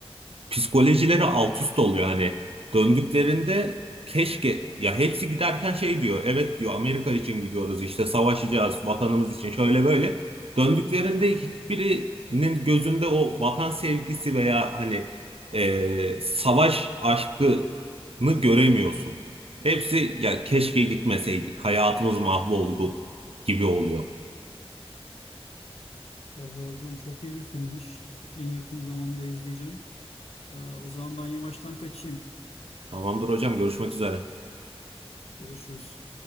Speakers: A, on the right; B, on the left.
A: psikolojileri alt üst oluyor hani döndüklerinde keşke ya hepsi giderken şey diyor evet diyor Amerika için gidiyoruz işte savaşacağız vatanımız için şöyle böyle döndüklerinde hiçbirinin gözünde o vatan sevgisi veya hani e, savaş aşkını göremiyorsun. Hepsi ya keşke gitmeseydik hayatımız mahvoldu gibi oluyor.
B: Vallahi hocam çok iyi bir filmmiş. En yakın zamanda izleyeceğim. Ee, o zaman ben yavaştan kaçayım.
A: Tamamdır hocam görüşmek üzere.
B: Görüşürüz.